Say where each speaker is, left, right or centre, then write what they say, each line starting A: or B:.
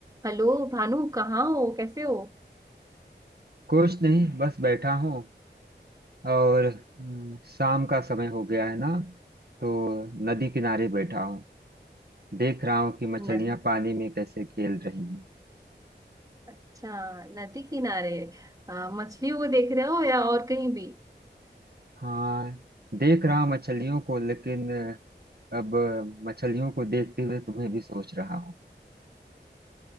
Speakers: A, on the right (about 20°); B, on the right (about 55°).
A: Hello Bhanu कहाँ हो कैसे हो
B: कुछ नहीं बस बैठा हूँ और हम्म, शाम का समय हो गया है ना तो नदी किनारे बैठा हूँ देख रहा हूँ कि मछलियाँ
A: नद
B: पानी में कैसे खेल रही हैं
A: अच्छा नदी किनारे आ, मछलियों को देख रहे हो या और कहीं भी
B: हाँ देख रहा हूँ मछलियों को लेकिन अ, अब अ, मछलियों को देखते हुए तुम्हें भी सोच रहा हूँ